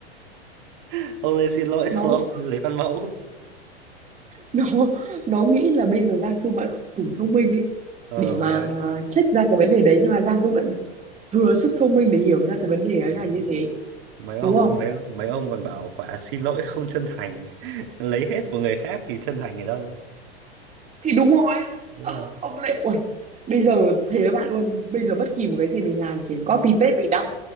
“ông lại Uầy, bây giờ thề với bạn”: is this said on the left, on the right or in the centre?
Right